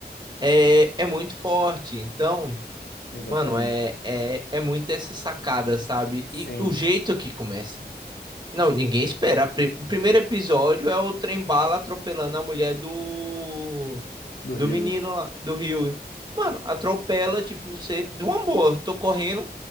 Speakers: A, on the right; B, on the left.
A: é, é muito forte. Então,
B: Exatamente.
A: mano, é, é, é muito essa sacada, sabe?
B: Sim,
A: E o jeito que começa. Não, ninguém espera. A pri- O primeiro episódio é o trem-bala atropelando a mulher do
B: do
A: do
B: Huey.
A: menino lá, do Rio. Mano, atropela, tipo, você, de uma boa, tô correndo,